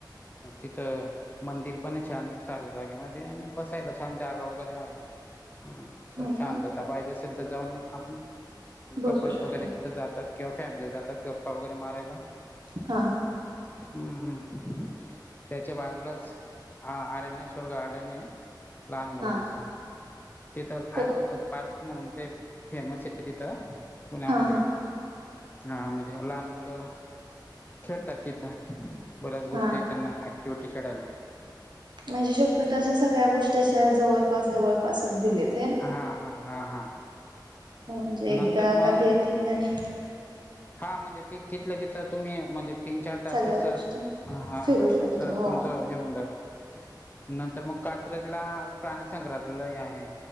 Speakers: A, on the left (about 25°); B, on the right (about 70°).
A: अं तिथं मंदिरपण आहे छान सारस बागेमध्ये आणि बसायला छान जागा वगैरे आहे. हं स
B: हो
A: शांतता
B: का
A: पाहिजे असेल, तर जाऊन आपण कपल्स
B: बसू शकता
A: वगैरे तिथं जातात किंवा फॅमिली जातात गप्पा वगैरे मारायला.
B: हा हा
A: हम्म. त्याच्या बाजूलाच आ अरणेश्वर गार्डन आहे. लहान मुलांच.
B: हा
A: तिथं
B: हो
A: ऍडव्हेंचर
B: का
A: पार्क म्हणून ते फेमस आहे तिथं पुण्यामध्ये.
B: हा हा
A: हा, म्हणजे लहान मुलं खेळतातं तिथं. बऱ्याच गोष्टी
B: हा
A: आहेत त्यांना ऍक्टिव्हिटी करायला.
B: म्हणजे शक्यतो अशा सगळ्या गोष्टी अशा जवळपास जवळपासच दिलेत. हे ना
A: हा हा, हा हा.
B: हो, म्हणजे
A: नंतर
B: एकदा
A: मग
B: का ते ठिकाणी
A: हा म्हणजे ति तिथलं तिथं तुम्ही, म्हणजे तीन चार तास
B: सगळ्या
A: तसंच
B: गोष्टी
A: हा.
B: फिरू
A: हा
B: शकतो
A: सहज
B: व
A: तुमचं हे होऊन जातं, नंतर मग कात्रजला प्राणीसंग्रहालय आहे.